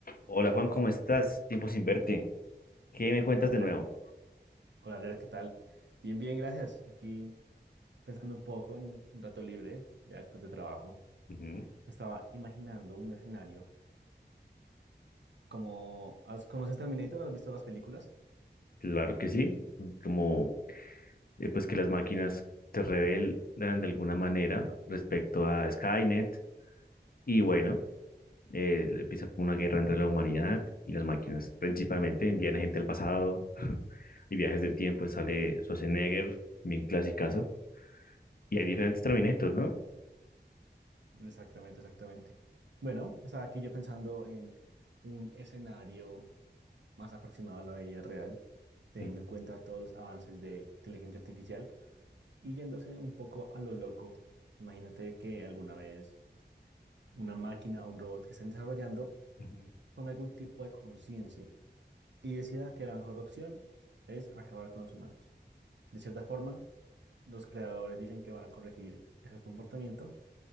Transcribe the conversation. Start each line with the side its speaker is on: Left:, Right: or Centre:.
Left: Hola Juan, ¿cómo estás? Tiempo sin verte. ¿Qué me cuentas
Right: Hola Andrés,
Left: de nuevo?
Right: hola Andrés, ¿qué tal? Bien, bien, gracias. Aquí pensando un poco en un rato libre, ya después de trabajo.
Left: Ujú,
Right: Me estaba imaginando un escenario como... ¿has- ¿Conoces Terminator? ¿Has visto las películas?
Left: Claro que sí. Como eh, pues que las máquinas se rebelan de alguna manera respecto a Skynet y bueno, eh, empieza como una guerra entre la humanidad y las máquinas. Principalmente envían a gente al pasado <laughs> y viajes del tiempo. Sale Schwarzenegger, bien clasicazo. Y hay diferentes
Right: Ujú,
Left: Terminators, ¿no?
Right: Exactamente, exactamente. Bueno, estaba aquí yo pensando en un escenario más aproximado a la vida real, teniendo
Left: Ujú,
Right: en cuenta todos los avances de inteligencia artificial y yéndose un poco a lo loco. Imagínate que alguna vez una máquina o un robot que están desarrollando
Left: ujú.
Right: tome algún tipo de conciencia y decida que la mejor opción es acabar con los humanos. De cierta forma, los creadores dicen que van a corregir ese comportamiento